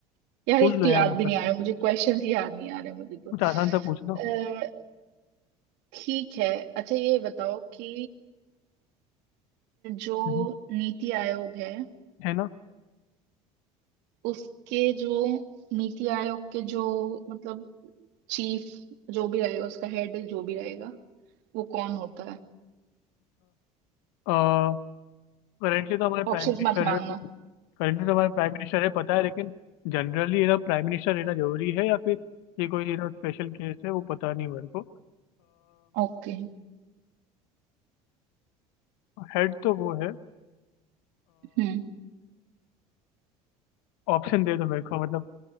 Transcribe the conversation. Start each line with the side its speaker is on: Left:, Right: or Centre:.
Right: यार
Left: पूछ
Right: एक
Left: लो
Right: तो याद
Left: यार आसान
Right: भी नहीं आ
Left: सा।
Right: रहा मुझे क्वेश्चन ही याद नहीं आ रहे मुझे तो
Left: कुछ आसान सा पूछ लो
Right: अ, ठीक है अच्छा ये बताओ कि जो
Left: हम्म,
Right: नीति आयोग है
Left: है ना
Right: उसके जो नीति आयोग के जो मतलब चीफ जो भी रहेगा उसका हेड जो भी रहेगा वो कौन होता है
Left: अच्छा करेंटली तो हमारे प्राइम
Right: ऑप्शंस
Left: मिनिस्टर
Right: मत मांगना
Left: है वो करेंटली तो हमारे प्राइम मिनिस्टर है पता है लेकिन जनरली ये ना प्राइम मिनिस्टर रहना जरूरी है या फिर ये कोई ये ना स्पेशल केस है वो पता नहीं मेरे को
Right: ओके
Left: हेड तो वो है
Right: हम्म
Left: ऑप्शन दे दो मेरे को मतलब